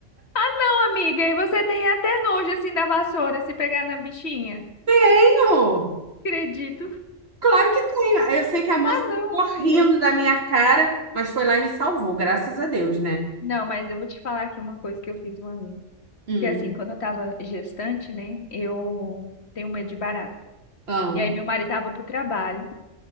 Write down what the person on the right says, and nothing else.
Tenho.
Claro que tenho. Eu sei que a moça
ficou
rindo da minha cara, mas foi lá e me salvou, graças a Deus, né?
Hum.
Ah,